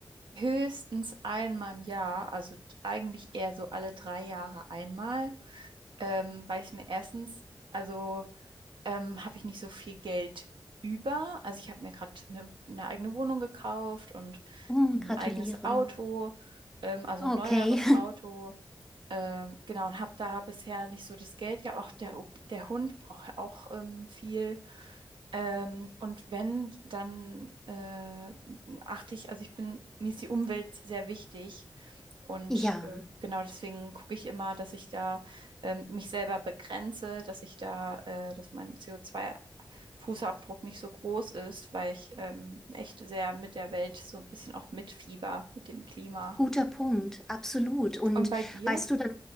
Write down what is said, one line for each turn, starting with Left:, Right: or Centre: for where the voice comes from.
Right: höchstens einmal im Jahr, also eigentlich eher so alle drei Jahre einmal, ähm, weil ich mir erstens, also ähm, habe ich nicht so viel Geld über. Also ich habe mir gerade eine eine eigene Wohnung gekauft und
Centre: Oh,
Right: ein
Centre: gratuliere.
Right: eigenes Auto, ähm, also
Centre: Okay,
Right: ein neueres Auto. Ähm, genau, und habe da bisher nicht so das Geld gehabt. Auch der, der Hund braucht ja auch ähm, viel. Ähm, und wenn, dann äh, achte ich, also ich bin, mir ist die Umwelt sehr wichtig. Und
Centre: <laughs> ja,
Right: äh, genau deswegen gucke ich immer, dass ich da ähm, mich selber begrenze, dass ich da, äh, dass mein CO2-Fußabdruck nicht so groß ist, weil ich ähm, echt sehr mit der Welt so ein bisschen auch mitfieber, mit dem Klima.
Centre: guter Punkt, absolut. Und
Right: Und bei dir?
Centre: weißt du dann